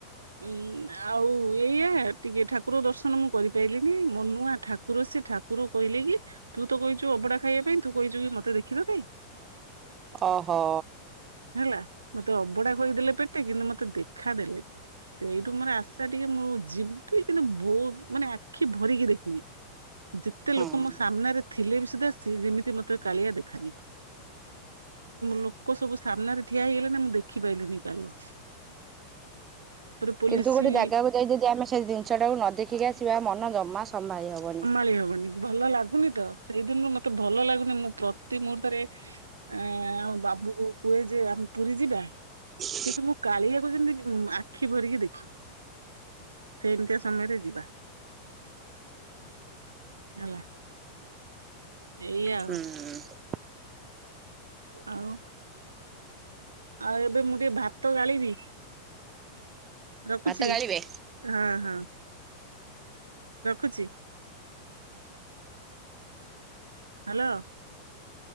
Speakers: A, on the right (about 75°); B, on the right (about 25°).
A: ଉଁ ଆଉ ଏଇଆା ଟିକେ ଠାକୁର ଦର୍ଶନ ମୁଁ କରିପାଈଲିନି, ମୋ ମନୂଆ ଠାକୁର ସେ ଠାକୁର କହିଲେ କି ତୁ ତ କହିଛୁ ଅବଡା ଖାଇବା ପାଇଁ ତୁ କହିଛୁ କି ମତେ ଦେଖିବା ପାଇଁ
B: ଅହୋ।
A: ହେଲା ମତେ ଅବଢ଼ା ଖୁଏଇଦେଲେ ପେଟେ କିନି, ମତେ ଦେଖା ଦେଲେନି। ସେଇଠୁ ମୋର ଆଶା ଟିକେ ମୁଁ ଯିବି କିନ୍ତୁ ବହୁତ ମାନେ ଆଖି ଭରିକି ଦେଖିବି। ଯେତେ
B: ହୁଁ।
A: ଲୋକ ମୋ ସାମ୍ନାରେ ଥିଲେ ବି ସୁଧା ସେ ଯେମିତି ମତେ କାଳିଆ ଦେଖାଯିବ। ଲୋକ ସବୁ ସାମ୍ନାରେ ଠିଆ ହେଇଗଲେ ନା ମୁଁ ଦେଖି ପାଇଲିିନି କାଲି। ପୋଲିସ
B: କିନ୍ତୁ ଗୋଟେ ଜାଗାକୁ ଯାଇ ଯଦି ଆମେ ସେ ଜିନଷ ଟାକୁ ନ ଦେଖିକି ଆସିବା ମନ ଜମା ସମ୍ଭାଳି ହବନି।
A: <unintelligible> ହବନି ଭଲ ଲାଗୁନି ତ ସେଇ ଦିନରୁ ମତେ ଭଲ ଲାଗୁନି ମୁଁ ପ୍ରତି ମୁହୂର୍ତ୍ତରେ ଆଁ ଆମ ବାପ ପା କୁହେ ଯେ ଆମେ ପୁରୀ ଯିବା?
B: ହ <inaudible>
A: କିନ୍ତୁ ମୁଁ କାଳିଆକୁ ଯେମତି ଆଖି ଭରିକି ଦେଖିବି। ସେମତିୟା ସମୟରେ ଯିବା। ହେଲା। ଏଇଆ
B: ହୁଁ।
A: ଆଉ ଆଉ। ଆଉ ଏବେ ମୁଁ ଟିକେ ଭାତ ଗାଳିବି। ରଖୁଛି
B: ଭାତ ଗାଳିବେ
A: ହଁ ହଁ। ରଖୁଛି। ହାଲୋ।